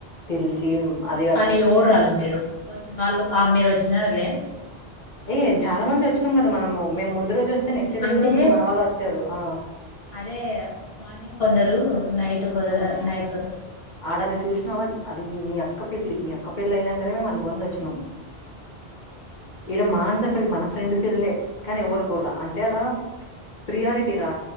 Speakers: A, on the left; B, on the left.
A: పిలిచి అద్
B: కాని యోడ్రులేదు మీరు వాళ్ళు ఆ మీరు వచ్చినారులే
A: ఏ చాలా మంది వచ్చినాం కదా మనము మేము ముందు రోజు వస్తే నెక్స్ట్
B: అంటే
A: డే కూడా మన వాళ్ళు వచ్చారు ఆ
B: అదే మార్నింగ్ కొందరు నైట్ కొందరు
A: హ్మ్.
B: నైట్ కొందరు
A: ఆడ నువ్వు చూసినావ్ అది మీ అక్క పెళ్ళి మీ అక్క పెళ్ళి అయినా సరే మేము అంతమంది వచ్చినాము ఈడ మానస పెళ్లి మన ఫ్రెండ్ పెళ్ళే కానీ ఎవరు పోల అంటే ఆడ ప్రియారిటీ రా